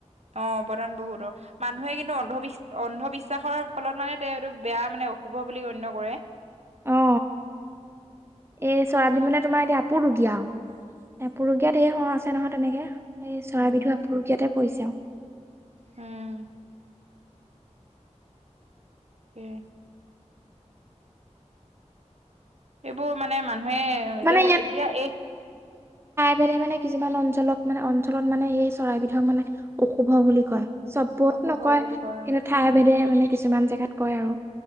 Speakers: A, on the right; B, on the right.
A: অ অৱদান বহুত অ। মানুহে কিন্তু অন্ধবিশ্ব অন্ধবিশ্বাসৰ ফলত মানে এইটো বেয়া মানে অশুভ বুলি গণ্য কৰে।
B: অ এই চৰাইবিধ মানে তোমাৰ এতিয়া আপুৰুগীয়া আও, আপুৰুগীয়াত ধেই হহা আছে নহয় তেনেকে। এই চৰাইবিধু
A: উম
B: আপুৰুগীয়াতে পৰিছে আও।
A: উম। উম। সেইবোৰ মানে মানুহে
B: মানে
A: যে এতিয়া এই
B: বেদে মানে কিছুমান অঞ্চলক মানে অঞ্চলত মানে এই চৰাইবিধক মানে অশুভ বুলি কয়। চপোত
A: অশুভ
B: নকয়
A: বুলি কয়
B: কিন্তু
A: অ
B: ঠাই ভেদে মানে কিছুমান জেগাত কয় আৰু।